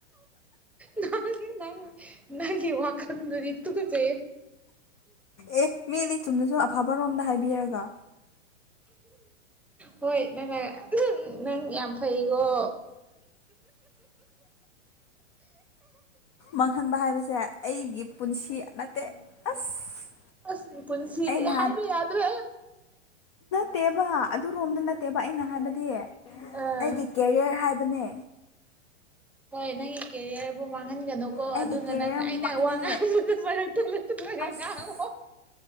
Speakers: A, in the centre; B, on the left.
A: ꯅꯪ ꯅꯪ ꯅꯪꯒꯤ ꯋꯥꯈꯟꯗꯨꯗꯤ ꯇꯨꯁꯦ
B: ꯑꯦ ꯃꯤꯗꯤ ꯆꯨꯝꯅꯁꯨ ꯑꯐꯥꯕ ꯔꯣꯝꯗ ꯍꯥꯏꯕꯤꯔꯒ
A: ꯍꯣꯏ ꯅꯪ ꯅꯪ ꯌꯥꯝ ꯐꯩꯀꯣ
B: ꯃꯥꯡꯍꯟꯕ ꯍꯥꯏꯕꯁꯦ ꯑꯩꯒꯤ ꯄꯨꯟꯁꯤ ꯅꯠꯇꯦ ꯑꯁ
A: ꯑꯁꯅꯤ ꯄꯨꯟꯁꯤꯅꯦ
B: ꯑꯩꯅ
A: ꯍꯥꯏꯕ ꯌꯥꯗ꯭ꯔꯣ
B: ꯠꯇꯦꯕ ꯑꯗꯨ ꯔꯣꯝꯗ ꯅꯠꯇꯦ ꯅꯠꯇꯦꯕ ꯑꯩꯅ ꯍꯥꯏꯕꯗꯤ
A: ꯑꯥ
B: ꯑꯩꯒꯤ ꯀꯦꯔꯤꯌꯔ ꯍꯥꯏꯕ ꯑꯅꯦ
A: ꯍꯣꯏ ꯅꯪꯒꯤ ꯀꯦꯔꯤꯌꯔꯕꯨ ꯃꯥꯡꯍꯟꯒꯅꯨꯀꯣ
B: ꯑꯩꯒꯤ
A: ꯑꯗꯨꯅ
B: ꯀꯦꯔꯤꯌꯔꯃꯛꯇꯤ
A: ꯅꯪ ꯑꯩꯅ ꯋꯥ ꯉꯥꯡꯁꯨ ꯃꯔꯂꯂꯒ ꯉꯥꯡꯉꯑꯣ
B: ꯑꯁ